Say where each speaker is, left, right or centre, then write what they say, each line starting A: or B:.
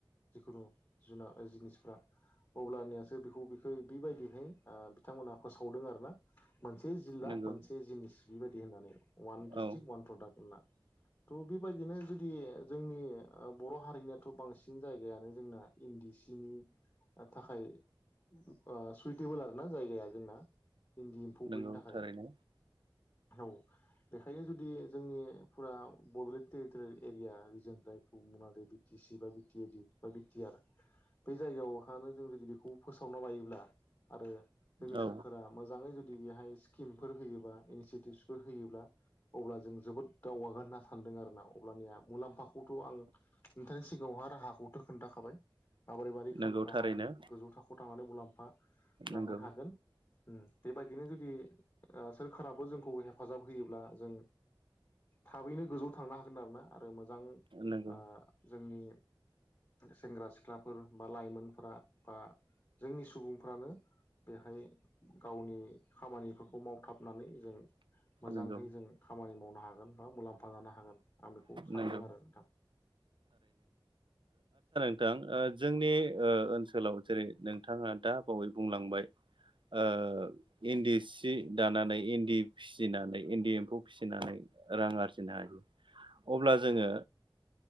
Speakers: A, on the left; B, on the right.
A: जिखुनु जुनार जिनिसफ्रा अब्लानियासो बेखौ बेखौ बेबायदिहाय आ बिथांमोनहा फोसावदों आरो ना। मोनसे जिल्ला
B: नंगौ
A: मोनसे जिनिस बिबायदि होननानै वान डिसट्रिक्ट
B: औ
A: वान प्रडाक्ट होनना थ' बेबायदिनो जुदि जोंनि बर' हारिनियाथ' बांसिन जायगायानो जोंना इन्दि सिनि थाखाय अ सुइटेबोल आर ना जायगाया जोंना इन्दि एम्फौफोरनि
B: नंगौ
A: थाखाय
B: थारैनो
A: औ बेखायनो जुदि जोंनि फुरा बड'लेण्ड टेरिटरियेल एरिया रिजन जायखौ मुङ जै बि टि सि बा बि टि एड बा बिटि आर बे जायगायाव मानो जों जुदि बेखौ फोसावना लायोब्ला आरो जोंनि
B: औ
A: सोरखारा आनो जुदि बेहाय स्किमफोर होयोबा इनसटियतिच फोर होयोब्ला अब्ला जों जोबोद दावगागोन होनना सानदों आरो ना अब्लानिया मुलाम्फाखौथ' आं नोंथांनि सिगाङावहा राहाखौथ' खोन्थाखाबाय माबोरै बोरै खालामना
B: नंगौ
A: राहाजों
B: थारैनो
A: गोजौ थाखोआव थांनानै मुलाम्फा जानो
B: नंगौ
A: हागोन। ओम बेबायदिनो जुदि ओ सोरखाराबो जोंखौ हेफाजाब होयोब्ला जों थाबैनो गोजौआव थांनो हागोन आरोना। आरो मोजां
B: नंगौ
A: आ जोंनि सेंग्रा सिख्लाफोर बा लाइमोनफोरा बा जोंनि सुबुंफ्रानो बेहाय गावनि खामानिफोरखौ मावथाबनानै जों मोजांहै
B: नंगौ
A: जों खामानि मावनो हागोन बा मुलाम्फा जानो हागोन आं बेखौ सानदों
B: नंगौ
A: आरो नोंथां
B: थां ओ जोंनि ओ ओनसो लाव जेरै नोंथाङा दा बावै बुंलांबाय ओ इन्दि सि दानानै इन्दि फिसिनानै इन्दि एम्फौ फिसिनानै रां आरजिनो हायो अब्ला जोंङो